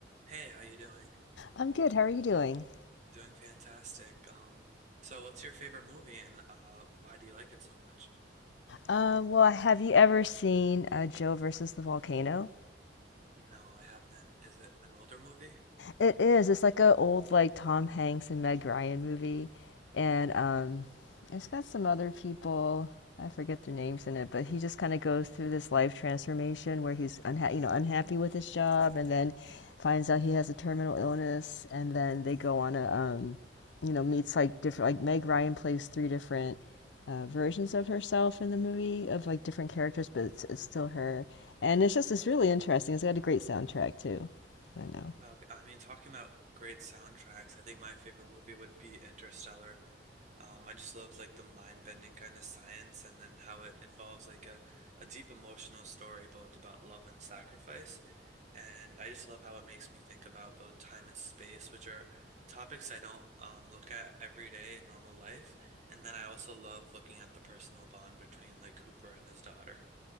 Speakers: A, on the right; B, on the left.
A: Hey, how you doing?
B: I'm good. How are you doing?
A: Doing fantastic. Um, so what's your favorite movie and uh why do you like it so much?
B: Uh, well, have you ever seen uh, Joe versus the volcano?
A: No, I haven't. Is it an older movie?
B: It is. It's like a old like Tom Hanks and Meg Ryan movie, and um, it's got some other people. I forget their names in it, but he just kind of goes through this life transformation where he's unha- you know, unhappy with his job, and then finds out he has a terminal illness, and then they go on a um, you know, meets like different like Meg Ryan plays three different uh, versions of herself in the movie of like different characters, but it's it's still her, and it's just it's really interesting. It's got a great soundtrack too. I know.
A: Okay, I mean, talking about great soundtracks, I think my favorite movie would be Interstellar. Um, I just love like the mind-bending kind of science and then how it involves like a, a deep emotional story both about love and sacrifice. And I just love how it makes me think about both time and space, which are topics I don't um, look at every day in normal life. And then I also love looking at the personal bond between like Cooper and his daughter.